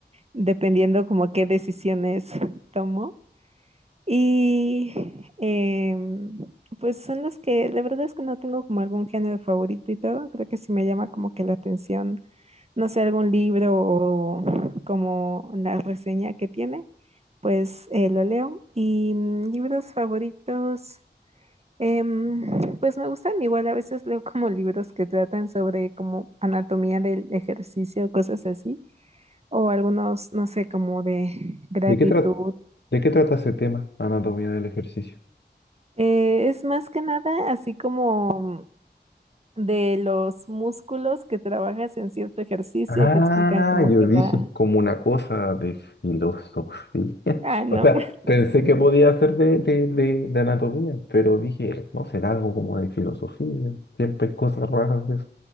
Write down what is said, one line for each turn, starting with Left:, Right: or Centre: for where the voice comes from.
Right: dependiendo como qué decisiones tomó. Y em, pues son las que, la verdad es que no tengo como algún género favorito y todo, creo que sí me llama como que la atención, no sé, algún libro o como la reseña que tiene, pues eh, lo leo. Y mm, libros favoritos, em, pues me gustan, igual a veces leo como libros que tratan sobre como anatomía del ejercicio, cosas así, o algunos, no sé, como de gratitud.
Left: ¿De qué trata, de qué trata ese tema, anatomía del ejercicio?
Right: Eh, es más que nada así como de los músculos que trabajas en cierto ejercicio,
Left: Ah,
Right: te explican como
Left: yo
Right: que
Left: dije
Right: la...
Left: como una cosa de filosofía. <laughs>
Right: Ah, no,
Left: O sea,
Right: <laughs>
Left: pensé que podía ser de, de, de, de anatomía, pero dije, no será algo como de filosofía. Siempre hay cosas raras de eso.